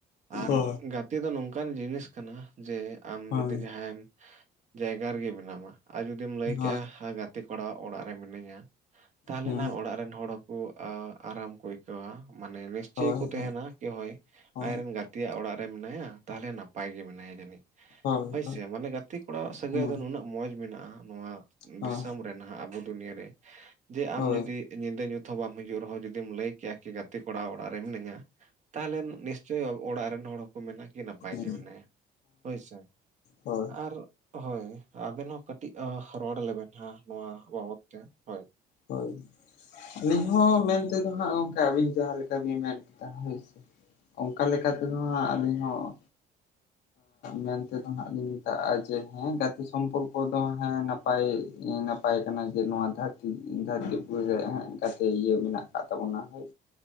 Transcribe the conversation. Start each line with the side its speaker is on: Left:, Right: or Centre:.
Right: ᱟᱨ
Left: ᱦᱳᱭ
Right: ᱜᱟᱛᱮ ᱫᱚ ᱱᱚᱝᱠᱟᱱ ᱡᱤᱱᱤᱥ ᱠᱟᱱᱟ ᱡᱮ ᱟᱢ
Left: ᱦᱳᱭ
Right: ᱡᱩᱫᱤ ᱡᱟᱦᱟᱸᱭᱮᱢ ᱡᱟᱭᱜᱟ ᱨᱮᱜᱮ ᱢᱮᱱᱟᱢᱟ ᱟᱨ ᱡᱩᱫᱤᱢ ᱞᱟᱹᱭ
Left: ᱦᱳᱭ
Right: ᱠᱮᱜᱼᱟ ᱦᱟ ᱜᱟᱛᱮ ᱜᱟᱛᱮ ᱠᱚᱲᱟᱣᱟᱜ ᱚᱲᱟᱜ ᱨᱮ ᱢᱤᱱᱟᱹᱧᱟ ᱛᱟᱦᱚᱞᱮ
Left: ᱦᱩᱸ
Right: ᱱᱟ ᱚᱲᱟᱜ ᱨᱮᱱ ᱦᱚᱲ ᱦᱚᱸᱠᱚ ᱟᱨᱟᱢ ᱠᱚ ᱟᱹᱭᱠᱟᱹᱣᱟ᱾ ᱢᱟᱱᱮ ᱱᱤᱥᱪᱚᱭ
Left: ᱦᱳᱭ
Right: ᱠᱚ
Left: ᱦᱳᱭ
Right: ᱛᱟᱦᱮᱸᱱᱟ ᱠᱤ ᱦᱩᱭ
Left: ᱦᱳᱭ
Right: ᱟᱭ ᱨᱮᱱ ᱜᱟᱛᱮ ᱜᱟᱛᱮᱭᱟᱜ ᱚᱲᱟᱜ ᱨᱮ ᱢᱮᱱᱟᱭᱟ ᱛᱟᱦᱚᱞᱮ ᱱᱟᱯᱟᱭ ᱜᱮ ᱢᱮᱱᱟᱭᱟ ᱡᱟᱹᱱᱤᱡ,
Left: ᱦᱳᱭ
Right: ᱦᱳᱭᱥᱮ ᱢᱟᱱᱮ ᱜᱟᱛᱮ ᱠᱚᱲᱟᱣᱟᱜ ᱥᱟᱹᱜᱟᱹᱭ
Left: ᱦᱩᱸ
Right: ᱫᱚ ᱱᱩᱱᱟᱹᱜ ᱢᱚᱸᱡᱽ ᱢᱮᱱᱟᱜᱼᱟ, ᱱᱚᱣᱟ
Left: ᱦᱳᱭ
Right: ᱫᱤᱥᱚᱢ ᱨᱮ ᱱᱟᱦᱟᱜ ᱟᱵᱚ ᱫᱩᱱᱤᱭᱟᱹ ᱨᱮ ᱟᱢ
Left: ᱦᱳᱭ
Right: ᱡᱩᱫᱤ
Left: ᱦᱳᱭ
Right: ᱧᱤᱫᱟᱹ ᱧᱩᱛ ᱦᱚᱸ ᱵᱟᱢ ᱦᱤᱡᱩᱜ ᱨᱮᱦᱚᱸ ᱡᱩᱫᱤᱢ ᱞᱟᱹᱭ ᱠᱮᱭᱟ ᱠᱤ ᱜᱟᱛᱮ ᱠᱚᱲᱟ ᱚᱲᱟᱜ ᱨᱮ ᱢᱤᱱᱟᱹᱧᱟ, ᱛᱟᱦᱚᱞᱮ ᱥᱮ ᱚᱲᱟᱜ ᱨᱮᱱ ᱦᱚᱲ ᱦᱚᱸᱠᱚ ᱢᱮᱱᱟ ᱠᱤ ᱱᱟᱯᱟᱭ
Left: ᱦᱩᱸ
Right: ᱜᱮ ᱢᱮᱱᱟᱭᱟ ᱦᱳᱭᱥᱮ,
Left: ᱦᱳᱭ ᱦᱳᱭ
Right: ᱟᱨ ᱦᱳᱭ ᱟᱵᱮᱱ ᱦᱚᱸ ᱠᱟᱹᱴᱤᱡ ᱨᱚᱲ ᱞᱮᱵᱮᱱ ᱦᱳᱜ ᱱᱚᱣᱟ ᱵᱟᱵᱚᱛ ᱛᱮ, ᱦᱳᱭ
Left: ᱦᱳᱭ ᱟᱹᱞᱤᱧ ᱦᱚᱸ ᱢᱮᱱᱛᱮᱫᱚ ᱦᱟᱸᱜ ᱜᱚᱝᱠᱮ ᱟᱹᱵᱤᱱ ᱡᱟᱦᱟᱸ ᱞᱮᱠᱟ ᱵᱤᱱ ᱢᱮᱱ ᱠᱮᱫᱟ ᱦᱳᱭ ᱥᱮ ᱚᱱᱠᱟ ᱞᱮᱠᱟ ᱞᱮᱠᱟ ᱛᱮᱦᱚᱸ ᱟᱹᱞᱤᱧ ᱦᱚᱸ ᱢᱮᱱᱛᱮᱫᱚ ᱦᱟᱸᱜ ᱞᱤᱧ ᱢᱮᱛᱟᱜᱼᱟ ᱡᱮ ᱦᱮᱸ ᱜᱟᱛᱮ ᱥᱚᱢᱯᱚᱨᱠᱚ ᱫᱚ ᱦᱮᱸ ᱱᱟᱯᱟᱭ ᱱᱟᱯᱟᱭ ᱱᱟᱯᱟᱭ ᱠᱟᱱᱟ ᱡᱮ ᱱᱚᱣᱟ ᱫᱷᱟᱹᱨᱛᱤ ᱫᱷᱟᱹᱨᱛᱤ ᱯᱩᱨᱤ ᱨᱮ ᱜᱟᱛᱮ ᱤᱭᱟᱹ ᱢᱮᱱᱟᱜ ᱠᱟᱜ ᱛᱟᱵᱚᱱᱟ ᱦᱳᱭ᱾